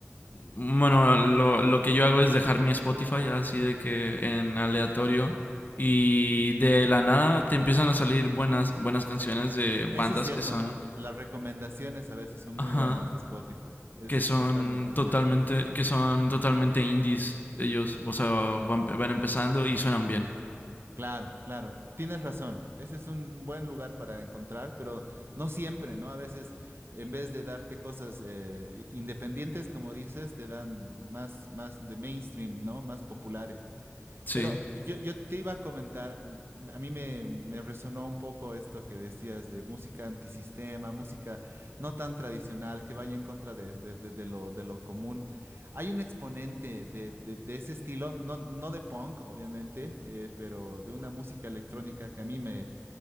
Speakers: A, on the left; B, on the right.
A: bueno, lo, lo que yo hago es dejar mi Spotify así de que en aleatorio y de la nada te empiezan a salir buenas, buenas canciones de
B: eso
A: bandas
B: es cierto,
A: que son,
B: ¿no? Las recomendaciones a veces son muy
A: ajá,
B: buenas de Spotify. Eso
A: que son
B: es totalmente
A: totalmente,
B: cierto.
A: que son totalmente indies ellos. O sea, van, van empezando y suenan bien.
B: Claro, claro, tienes razón. Ese es un buen lugar para encontrar, pero no siempre, ¿no? A veces, en vez de darte cosas eh, independientes, como dices, te dan más, más de mainstream, ¿no? Más populares.
A: Sí.
B: Pero yo, yo te iba a comentar, mm, a mí me, me resonó un poco esto que decías de música antisistema, música no tan tradicional, que vaya en contra de, de- de- de lo, de lo común. Hay un exponente de, de- de ese estilo, no, no de punk, obviamente, eh, pero de una música electrónica que a mí me